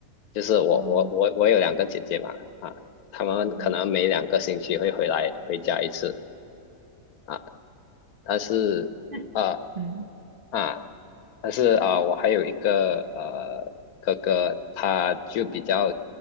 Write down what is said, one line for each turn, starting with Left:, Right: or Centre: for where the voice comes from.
Left: 就是我我我我有两个姐姐嘛，
Right: 嗯
Left: 啊，他们可能每两个星期会回来回家一次
Right: 嗯
Left: 啊。但是啊。
Right: 那嗯
Left: 呃啊，但是啊，我还有一个呃哥哥，他就比较